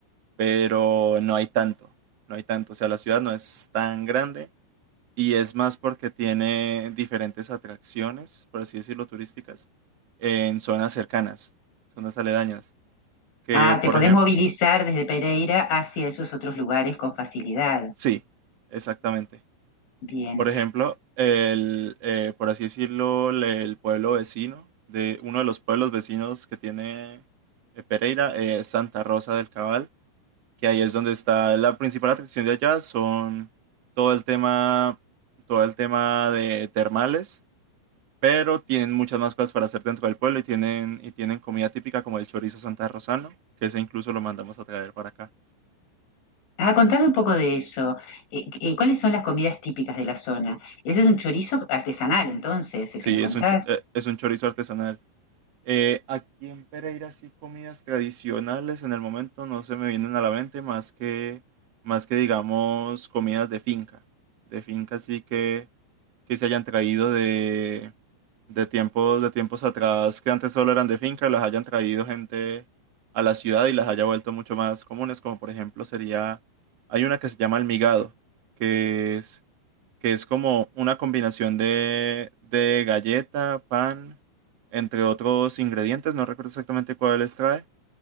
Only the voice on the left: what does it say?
Ah, te
podés
movilizar desde Pereira hacia esos otros lugares con facilidad.
Bien.
Ah, contame un poco de eso. Eh, eh, ¿cuáles son las comidas típicas de la zona? Ese es un chorizo artesanal, entonces,
el que me contás.